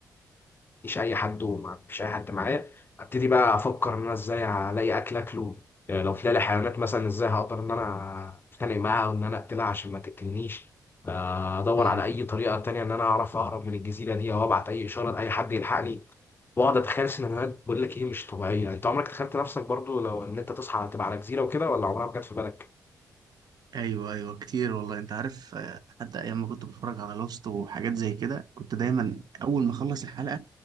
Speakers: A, on the left; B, on the right.
A: مفيش اي حد ومفيش اي حد معايا ابتدي بقى افكر ان انا ازاي الاقي اكل اكله آه، لو طلع لي حيوانات مثلا ازاي هقدر ان انا اتخانق معاها وان انا اقتلها عشان ما تقتلنيش آه، ادور
B: مم.
A: على اي طريقه تانية ان انا اعرف اهرب من الجزيره دي او ابعت اي اشاره لاي حد يلحقني واقعد اتخيل سيناريوهات بقول لك ايه مش طبيعيه انت عمرك تخيلت نفسك برضو لو ان انت تصحى تبقى على جزيره وكده ولا عمرها ما جت في بالك
B: ايوه ايوه كتير والله انت عارف آه، حتى ايام ما كنت بتفرج على لوست وحاجات زي كده كنت دايما اول ما اخلص الحلقه